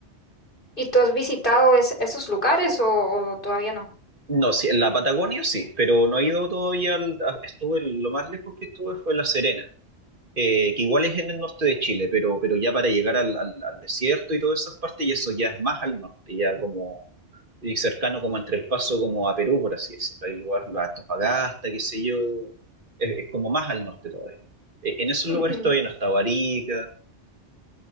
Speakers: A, on the left (about 50°); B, on the right (about 50°).
A: ¿Y tú has visitado es- esos lugares o, o todavía no?
B: No, sí, en la Patagonia sí, pero no he ido todavía. al- a- estuve, lo más lejos que estuve fue La Serena, eh, que igual es en el norte de Chile, pero, pero ya para llegar al, al- al desierto y todas esas partes, y eso ya es más al norte, ya como y cercano como entre El Paso como a Perú, por así decirlo. Hay lugar, la Antofagasta, qué sé yo, es, es como más al norte todavía. Eh, En esos
A: <clears throat> Ujú.
B: lugares todavía no está Barica.